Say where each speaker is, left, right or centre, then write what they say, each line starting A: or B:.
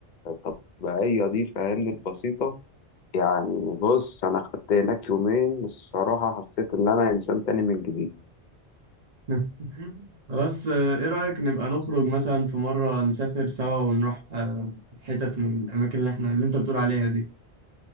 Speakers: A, on the left; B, on the right.
A: الطبيعيه دي فاهمني البسيطه يعني بص انا خدت هناك يومين الصراحه حسيت ان انا انسان تاني من جديد
B: <laughs> خلاص آه، ايه رأيك نبقى نخرج مثلا في مرة نسافر سوا ونروح آه، حتت من الأماكن اللي احنا اللي انت بتقول عليها دي